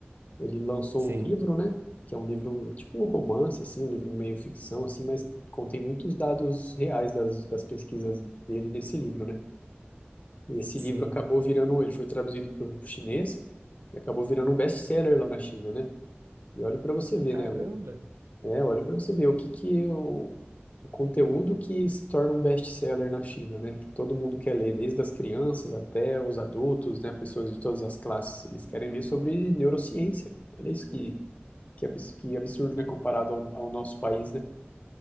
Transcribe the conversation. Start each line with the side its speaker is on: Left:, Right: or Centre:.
Left: Ele lançou
Right: Sim,
Left: um livro, né? Que é um livro, tipo um romance, assim, um livro meio ficção, assim, mas contém muitos dados reais das, das pesquisas dele nesse livro, né? E esse
Right: sim.
Left: livro acabou virando, ele foi traduzido para o chinês e acabou virando um best-seller lá na China, né? E olha para você ver,
Right: Caramba.
Left: né? O, é, olha para você ver o que que é o, o conteúdo que se torna um best-seller na China, né? Que todo mundo quer ler, desde as crianças até os adultos, né? Pessoas de todas as classes, eles querem ler sobre neurociência. Olha isso que que, abs, que absurdo, né?
Right: E-
Left: Comparado ao, ao nosso país, né?